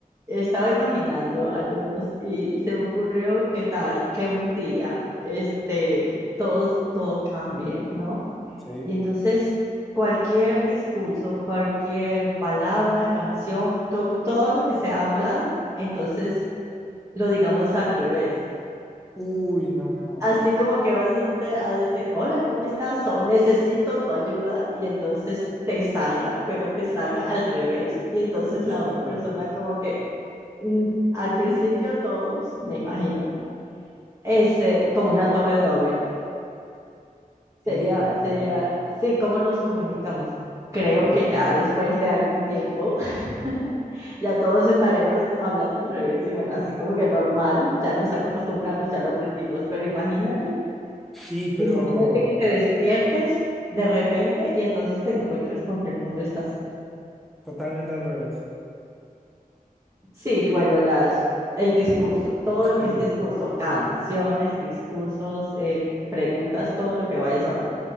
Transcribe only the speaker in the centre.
Sí.
Uy, no.
Híjole,
híjole,
no.
Ver.
Sí,
pero
totalmente al revés.
Sí.